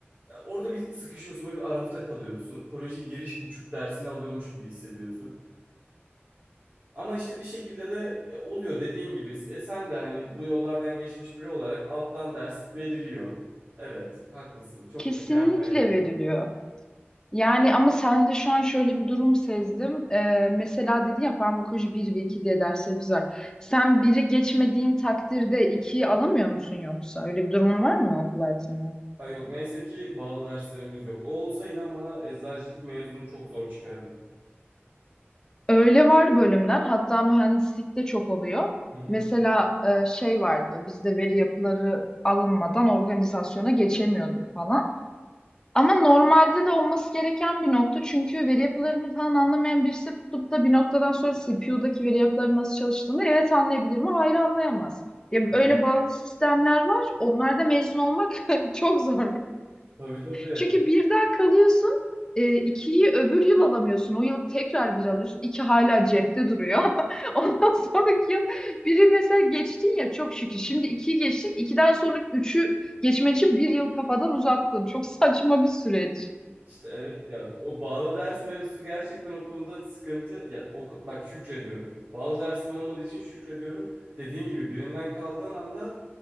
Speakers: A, on the right; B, on the left.
A: ya orada bir sıkışıyorsun, böyle bir arafta kalıyorsun. Koleji giriş buçuk dersini alıyormuş gibi hissediyorsun. Ama işte bir şekilde de e, oluyor dediğin gibi. E sen de hani bu yollardan geçmiş biri olarak alttan ders veriliyor. Evet, haklısın. Çok
B: Kesinlikle
A: da şey yapmaya gerek
B: veriliyor.
A: yok.
B: Yani ama sende şu an şöyle bir durum sezdim. Ee, mesela dedin ya farmakoloji bir ve 2 diye derslerimiz var. Sen biri geçmediğin takdirde ikiyi alamıyor musun yoksa? Öyle bir durumun var mı okul hayatında?
A: Ay yok neyse ki bağlı derslerimiz yok. O olsa inan bana eczacılık mezunu çok zor çıkardı.
B: Öyle var bölümler. Hatta mühendislikte çok oluyor.
A: Hı hı.
B: Mesela e, şey vardı. Bizde veri yapıları alınmadan organizasyona geçemiyorduk falan. Ama normalde de olması gereken bir nokta. Çünkü veri yapılarını falan anlamayan birisi tutup da bir noktadan sonra CPU'daki veri yapıları nasıl çalıştığını evet anlayabilir mi? Hayır anlayamaz. Ya
A: Evet.
B: öyle bağlı sistemler var. Onlarda mezun olmak <laughs> çok zor.
A: Tabii tabii.
B: Çünkü birden kalıyorsun. E, ikiyi öbür yıl alamıyorsun. O yıl tekrar bir alıyorsun. İki hala cepte duruyor. <laughs> Ondan sonraki yıl biri mesela geçtin ya çok şükür. Şimdi ikiyi geçtin. ikiden sonra üçü geçmen için bir yıl kafadan uzattın. Çok saçma bir süreç.
A: İşte evet ya o bağlı ders mevzusu gerçekten o konuda sıkıntı. Ya oku, bak şükrediyorum. Bağlı dersim olmadığı için şükrediyorum. Dediğin gibi birinden kaldığın anda